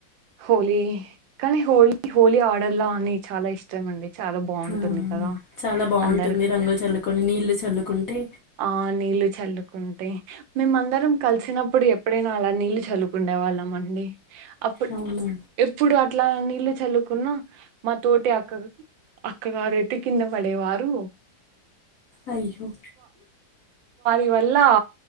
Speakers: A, on the right (about 80°); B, on the left (about 55°).
A: హోలీ కానీ హోలీ హోలీ ఆడల్లా అని చాలా ఇష్టమండి. చాలా బాగుంటుంది
B: ఆ
A: కదా
B: చాలా బాగుంటుంది
A: అందరు
B: రంగులు చల్లుకొని నీళ్లు చల్లుకుంటే
A: ఆ నీళ్ళు చల్లుకుంటే మేమందరం కల్సినప్పుడు ఎప్ ప్పుడైనా అలా నీళ్ళు చల్లుకుండే వాళ్ళం అండి అప్పుడ్
B: అవునా
A: ఎప్పుడు అట్లా నీళ్లు చల్లుకున్నా మా తోటి అక్క అక్కగారైతే కింద పడేవారు.
B: అయ్యో
A: ఇవాలా